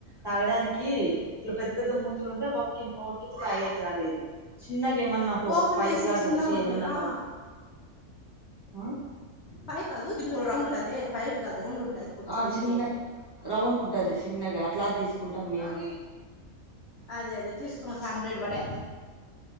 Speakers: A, on the right (about 20°); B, on the left (about 50°).
A: తాగడానికీ ఇట్ల పెద్ద పెద్ద మూతులు ఉంటే పాపకి నోటితో తాగేకి రాలేదు. చిన్నగేమన్న హో
B: ఓపెన్
A: పైప్
B: చేసి
A: లాగా
B: చిన్న
A: వచ్చి
B: ఉండే
A: ఏమన్నా
B: ఆ
A: పో ఆ
B: పైప్ గాదు కింద రౌండ్ ఉంటాదే పైప్ గాదు రొండు ఉంటది. కొంచెం
A: ఆ
B: పైకి
A: చిన్నది రౌండ్ ఉంటది. చిన్నగా అట్లాదీసుకుంటాం మేము
B: అదె అదే తీసుకొనొస్తి హండ్రెడ్ బడే